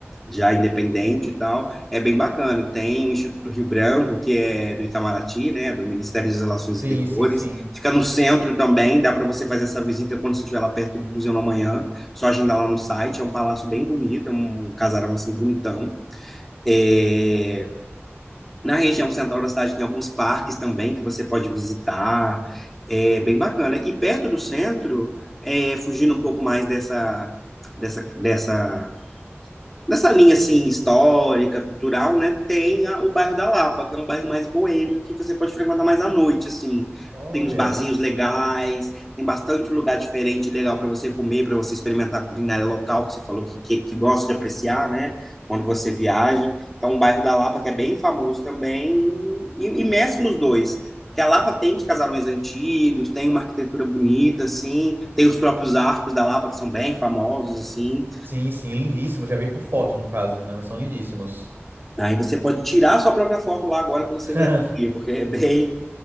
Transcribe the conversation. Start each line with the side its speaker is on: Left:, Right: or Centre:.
Centre: já independente e tal é bem bacana. Tem o Instituto Rio Branco, que é do Itamaraty, né, do Ministério das Relações
Right: Sim,
Centre: Exteriores.
Right: sim, sim.
Centre: Fica no centro também, dá para você fazer essa visita quando você estiver lá perto do Museu da Manhã. Só agendar lá no site. É um palácio bem bonito, é um casarão assim bonitão. É... Na região central da cidade tem alguns parques também que você pode visitar. É bem bacana. E perto do centro, é, fugindo um pouco mais dessa, dessa, dessa nessa linha assim histórica, cultural, né, tem a- o bairro da Lapa, que é um bairro mais boêmio que você pode frequentar mais à noite, assim.
Right: Olha.
Centre: Tem uns barzinhos legais, tem bastante lugar diferente legal para você comer, para você experimentar a culinária local, que você falou que, que, que gosta de apreciar, né, quando você viaja. Então, o bairro da Lapa, que é bem famoso também, e, e mescla os dois. Porque a Lapa tem os casarões antigos, tem uma arquitetura bonita, assim, tem os próprios arcos da Lapa, que são bem famosos, assim.
Right: Sim, sim, lindíssimo. Já vi por foto, no caso, né? Mas são lindíssimos.
Centre: Aí você pode tirar a sua própria foto lá agora quando você
Right: <laughs>
Centre: vier para o Rio, porque é bem,